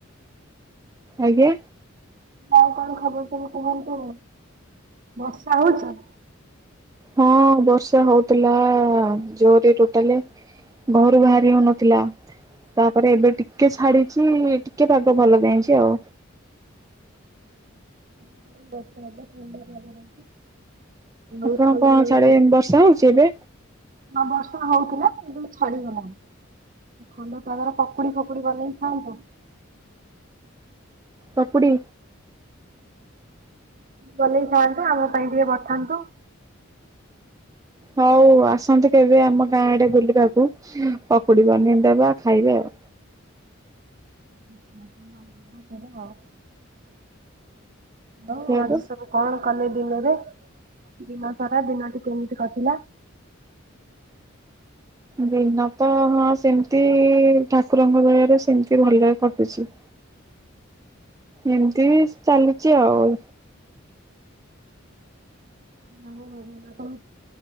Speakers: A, on the right; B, on the right.
A: ଆଜ୍ଞା।
B: ଆଉ କଣ ଖବର ସବୁ କୁହନ୍ତୁ ବର୍ଷା ହଉଛ।
A: ହଁ ବର୍ଷା ହଉଥିଲା ଜୋରେ ଟୋଟାଲି ଘରୁ ବାହାରି ହଉନଥିଲା। ତାପରେ ଏବେ ଟିକେ ଛାଡିଛି ଟିକେ ପାଗ ଭଲ ଦେଇଛି ଆଉ।
B: <unintelligible> ଆଉ
A: ଆପଣ
B: ଥଣ୍ଡା
A: କଣ
B: ଲାଗୁଛି।
A: ସାଡ ବର୍ଷା ହଉଛି ଏବେ?
B: ହଁ ବର୍ଷା ହଉଥିଲା କିନ୍ତୁ ଛଡିଗଲାଣି। ଥଣ୍ଡା ପାଗରେ ପକୁଡି ଫକୁଡି ବନେଇ ଥାଆନ୍ତ।
A: ପକୁଡ଼ି
B: ଚଲେଇ ଥାନ୍ତୁ ଆମ ପାଇଁ ଟିକେ ପଠାନ୍ତୁ।
A: ହଉ ଆସନ୍ତୁ କେବେ ଆମ ଗାଁ ଆଡେ ବୁଲିବାକୁ ପକୁଡି ବନେଇଦବା ଖାଇବେ ଆଉ
B: ହ <inaudible> ହାଲୋ
A: ସେଇଆପା
B: ଆଜି ସବୁ କଣ କଲେ ଦିନରେ ଦିନ ସାରା ଦିନଟି କେମିତି କଟିଲା।
A: ଦିନ ତ ହଁ ସେମିତି ଠାକୁରଙ୍କ ଦୟାରେ ସେମିତି ଭଲରେ କଟୁଛି।
B: ହ
A: ଏମିତି ବି ଚାଲିଛି ଆଉ
B: ହୋ ହ ହୋ ବା